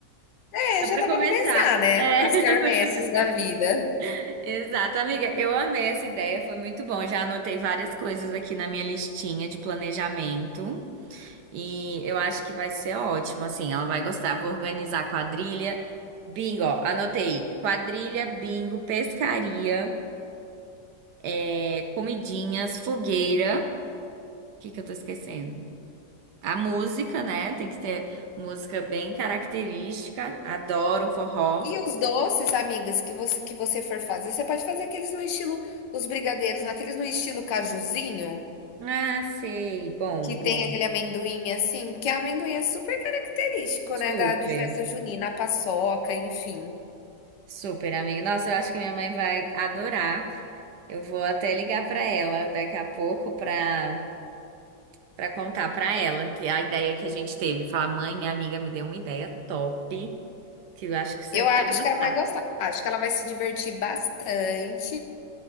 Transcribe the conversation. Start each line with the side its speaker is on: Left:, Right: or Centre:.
Left: é,
Right: Dá
Left: já
Right: para
Left: dá
Right: começar.
Left: pra começar, né?
Right: É,
Left: As
Right: <laughs>
Left: quermesses
Right: para começar.
Left: da vida.
Right: Exato, amiga, eu amei essa ideia, foi muito bom. Já anotei várias coisas aqui na minha listinha de planejamento e eu acho que vai ser ótimo, assim, ela vai gostar. Vou organizar quadrilha, bingo, ó, anotei. Quadrilha, bingo, pescaria, é, comidinhas, fogueira. O que que eu tô esquecendo? A música, né? Tem que ter música bem característica. Adoro um forró.
Left: E os doces, amigas, que você, que você for fazer, você pode fazer aqueles no estilo, os brigadeiros, naqueles no estilo cajuzinho,
Right: Ah, sei. Bom,
Left: que tem
Right: bom.
Left: aquele amendoim assim, que é amendoim é super característico,
Right: Super,
Left: né, da, de festa junina, a paçoca, enfim.
Right: super, amiga. Nossa, eu acho que minha mãe vai adorar. Eu vou até ligar pra ela daqui a pouco pra para contar pra ela que a ideia que a gente teve. Falar, mãe, minha amiga me deu uma ideia top, que eu acho que você
Left: Eu
Right: vai
Left: acho
Right: gostar.
Left: que ela vai gostar. Acho que ela vai se divertir bastante.